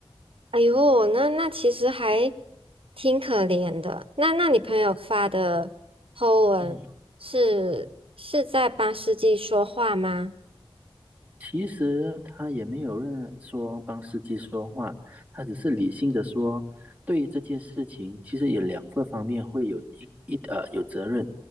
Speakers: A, on the right; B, on the right.
A: 哎呦，那那其实还挺可怜的。那那你朋友发的 po 文是是在帮司机说话吗？
B: 嗯，其实他也没有任说帮司机说话，他只是理性的说，对于这件事情，其实有两个方面会有一一呃有责任。